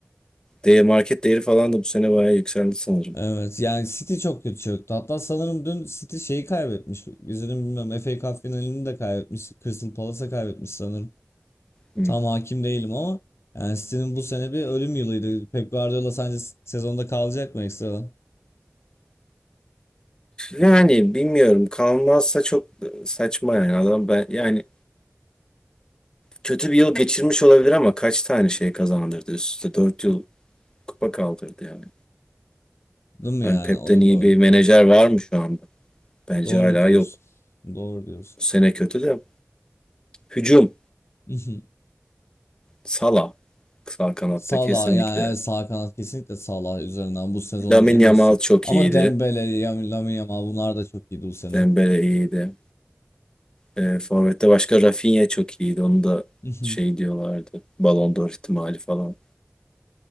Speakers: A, on the left; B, on the left.
A: değer, market değeri falan da bu sene bayağı yükseldi sanırım.
B: Evet yani City çok kötü çöktü. Hatta sanırım dün City şeyi kaybetmiş. İzledim bilmiyorum. FA Cup finalini de kaybetmiş. Crystal Palace'a kaybetmiş sanırım.
A: Hı.
B: Tam hakim değilim ama yani City'nin bu sene bir ölüm yılıydı. Pep Guardiola sence s- sezonda kalacak mı ekstradan?
A: Yani bilmiyorum. Kalmazsa çok saçma yani adam ben yani kötü bir yıl geçirmiş olabilir ama kaç tane şey kazandırdı üst üste 4 yıl kupa kaldırdı yani.
B: Değil mi
A: Hani
B: yani?
A: Pep'ten
B: O da
A: iyi
B: doğru.
A: bir menajer var mı şu anda? Bence
B: Doğru
A: hala
B: diyorsun.
A: yok.
B: Doğru diyorsun.
A: Bu sene kötü de. Hücum.
B: <laughs>
A: Salah. Sağ kanatta
B: Salah
A: kesinlikle.
B: yani evet sağ kanat kesinlikle Salah üzerinden bu sezonun
A: Lamine
B: en iyisi.
A: Yamal çok
B: Ama
A: iyiydi.
B: Dembele, Yam- Lamine Yamal bunlar da çok iyiydi bu sene.
A: Dembele iyiydi. E, Forvet'te başka Rafinha çok iyiydi. Onu da
B: <laughs>
A: şey diyorlardı. Ballon d'Or ihtimali falan.